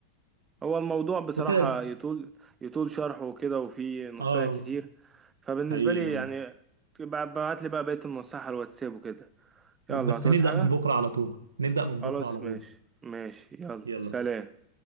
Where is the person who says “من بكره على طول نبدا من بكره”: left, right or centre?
Right